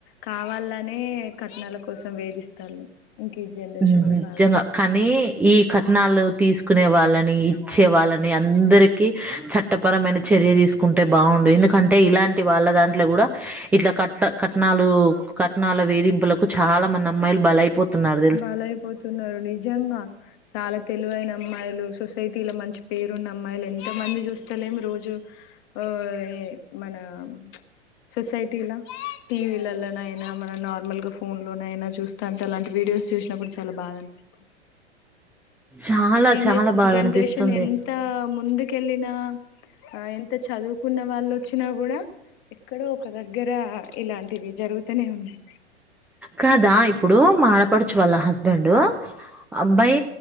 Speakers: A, on the left (about 35°); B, in the centre.
A: కావా అల్లానే కట్నాల కోసం వేధిస్తాళ్ళు ఇంక ఈ జనరేషన్
B: నిజంగా
A: లో బాగా
B: కానీ ఈ కట్నాలు తీసుకునే వాళ్ళని ఇచ్చే వాళ్ళని అందరికి చట్టపరమైన చర్య తీసు కుంటే బాగుండు ఎందుకంటే ఇలాంటి వాళ్ళ దాన్ ఇట్లా కూడా ఇట్లా కట్ కట్నాలు కట్నాల వేధింపులకు చాలా మంది అమ్మాయిలు బలయిపోతున్నారు.
A: బలైయిపోతున్నారు. నిజంగా చాలా తెలివైన అమ్మాయిలు సొసైటీలో మంచి పేరున్న అమ్మాయిలు ఎంత మంది చూస్తలేమి రోజు ఆ మన ఆ సొసైటీలా టీవీలల్లన అయినా మన నార్మల్ గా ఫోన్ లోన అయినా చూస్తా అంటే అలాంటి వీడియోస్ చూసినప్పుడు చాలా బాధ అనిపిస్తది.
B: చాలా
A: ఏం
B: చాలా
A: చేస్తాం
B: బాధ
A: జనరేషన్
B: అనిపిస్తుంది
A: ఎంత ముందుకెళ్ళినా ఆ ఎంత చదువుకున్న వాళ్ళు వచ్చినా కూడా ఎక్కడో ఒక దగ్గర ఇలాంటివి జరుగుతూనే ఉన్నాయి.
B: కాదా ఇప్పుడు మా ఆడపడుచు వాళ్ళ హస్బెండ్ అబ్బాయి